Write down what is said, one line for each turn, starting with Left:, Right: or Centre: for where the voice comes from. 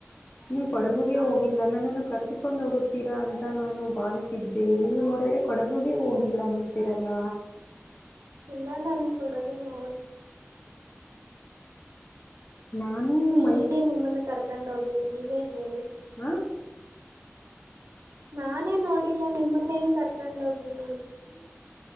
Left: ನಿ ಕೊಡಗುಗೆ
Right: ಹಾ
Left: ಹೋಗಿಲ್ಲ
Right: ಹಾ
Left: ನನ್ನನ್ನು ಕರೆದುಕೊಂಡು ಹೋಗುತ್ತ ತಿರಾ ಅಂತ ನಾನು ಭಾವಿಸಿದ್ದೆ ನೀವು ನೋಡಿದರೆ ಕೊಡಗುಗೆ ಹೋಗಿಲ್ಲ ಅನ್ನುತ್ತೀರಲ್.
Right: ಇಲ್ಲ ನಾನು ಕೊಡಗು ನೋಡ್
Left: ನಾನು
Right: ಹೇಗೆ
Left: ಮೈ
Right: ನಿಮ್ಮನ್ನ ಕರ್ಕೊಂಡ್ ಹೋಗ್ಲಿ ನೀವೇ ಹೇಳಿ.
Left: ಆ?
Right: ನಾನೇ ನೋಡಿಲ್ಲ ನಿಮ್ಮನ್ನ ಹೆಂಗ ಕರ್ಕೊಂಡ ಹೋಗ್ಲಿ?